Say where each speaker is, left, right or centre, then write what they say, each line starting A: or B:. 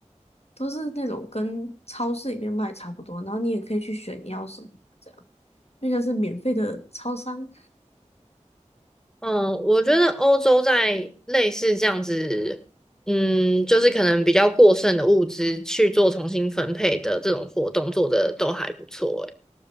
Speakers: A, on the left; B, in the centre.
A: 都是那种跟超市里面卖差不多，然后你也可以去选你要什么，这样，因为像是免费的超商。
B: 嗯，我觉得欧洲在类似这样子，嗯，就是可能比较过剩的物资去做重新分配的这种活动做的都还不错欸。